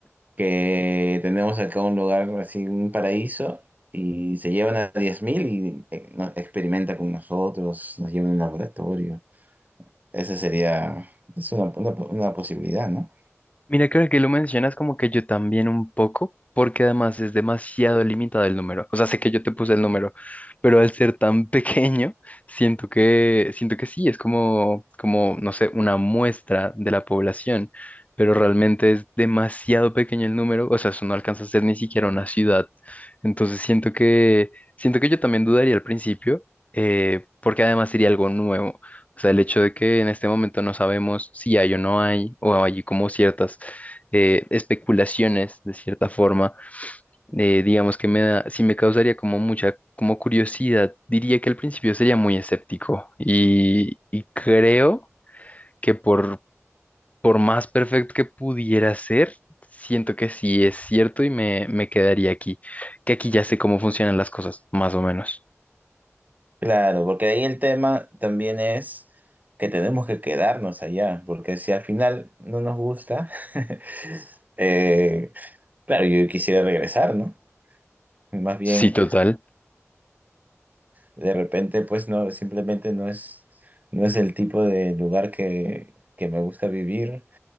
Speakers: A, on the right; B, on the left.
A: que tenemos acá un lugar así, un paraíso, y se llevan a 10.000 y eh, no- experimenta con nosotros, nos llevan al laboratorio. Esa sería, es una, una- una posibilidad, ¿no?
B: Mira que ahora que lo mencionas como que yo también un poco, porque además es demasiado limitado el número. O sea, sé que yo te puse el número, pero al ser tan <laughs> pequeño, siento que, siento que sí, es como, como, no sé, una muestra de la población, pero realmente es demasiado pequeño el número, o sea, eso no alcanza a ser ni siquiera una ciudad. Entonces siento que, siento que yo también dudaría al principio, eh, porque además sería algo nuevo. O sea, el hecho de que en este momento no sabemos si hay o no hay, o hay como ciertas eh, especulaciones de cierta forma, eh, digamos que me da, sí me causaría como mucha como curiosidad. Diría que al principio sería muy escéptico y, y creo que por, por más perfecto que pudiera ser, siento que sí es cierto y me, me quedaría aquí, que aquí ya sé cómo funcionan las cosas, más o menos.
A: Claro, porque ahí el tema también es que tenemos que quedarnos allá, porque si al final no nos gusta, <laughs> eh, claro, yo quisiera regresar, ¿no? Más bien,
B: Sí, total.
A: de repente, pues no, simplemente no es, no es el tipo de lugar que, que me gusta vivir